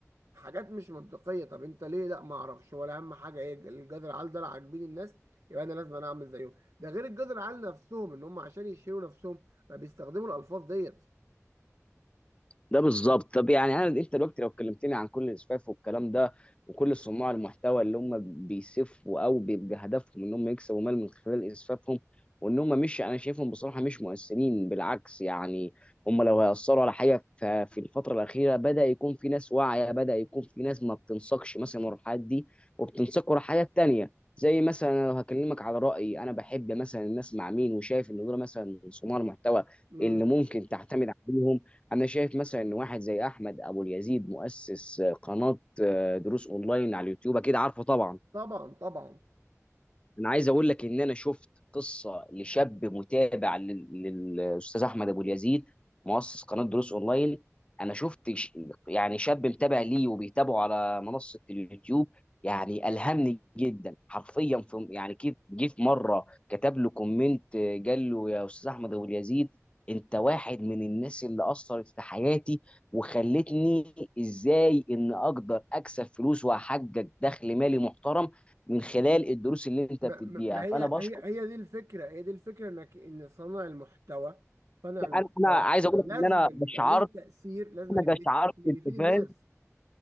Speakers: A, on the right (about 80°); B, on the left (about 20°).
A: حاجات مش منطقيه طب انت ليه لا ما اعرفش ولا اهم حاجه ايه الجذر العال ده لا عاجبين الناس يبقى انا لازم انا اعمل زيهم ده غير الجذر العال نفسهم ان هم عشان يشيلوا نفسهم ما بيستخدموا الالفاظ ديت
B: ده بالظبط طب يعني انا انت دلوقتي لو كلمتني عن كل الاسفاف والكلام ده وكل صناع المحتوى اللي هم بيسفوا او بيبقى هدفهم ان هم يكسبوا مال من خلال اسفافهم وان هم مش انا شايفهم بصراحه مش مؤثرين بالعكس يعني هم لو هيأثروا على حاجه ف- في الفتره الاخيره بدا يكون في ناس واعيه بدا يكون في ناس ما بتنساقش مثلا ورا الحاجات دي وبتنساق ورا حاجات تانيه زي مثلا أنا لو هكلمك على رأيي انا بحب مثلا الناس مع مين وشايف ان دول مثلا صناع المحتوى
A: امم
B: اللي ممكن تعتمد عليهم انا شايف مثلا ان واحد زي احمد ابو اليزيد مؤسس قناه آه، دروس اونلاين على اليوتيوب اكيد عارفه طبعا
A: طبعا طبعا
B: انا عايز اقول لك ان انا شفت قصه لشاب متابع لل- للاستاذ احمد ابو اليزيد مؤسس قناه دروس اونلاين انا شفت ش- يعني شاب متابع ليه وبيتابعه على منصه اليوتيوب يعني الهمني جدا حرفيا في يعني كيف جه في مره كتب له كومنت آه، قال له يا استاذ احمد ابو اليزيد انت واحد من الناس اللي اثرت في حياتي وخلتني ازاي ان اقدر اكسب فلوس واحقق دخل مالي محترم من خلال الدروس اللي انت
A: ما,
B: بتديها
A: ما ما هي
B: فانا بشكر
A: هي هي دي الفكرة هي دي الفكرة انك ان صانع المحتوى صانع المحتوى
B: انا انا عايز اقول لك
A: لازم
B: ان انا
A: يبقى
B: قشعرت
A: ليه تأثير لازم
B: انا
A: يبقى
B: قشعرت
A: ليه تأثير
B: انت
A: يفيد الناس
B: فاهم